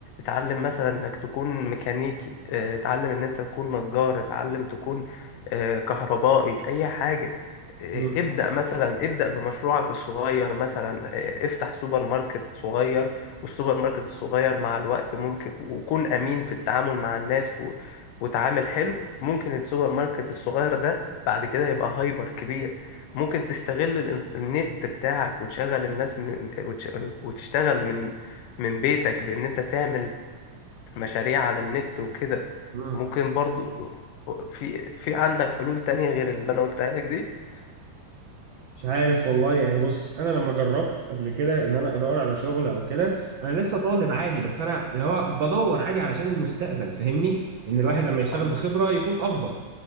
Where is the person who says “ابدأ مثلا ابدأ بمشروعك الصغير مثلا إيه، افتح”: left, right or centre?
Left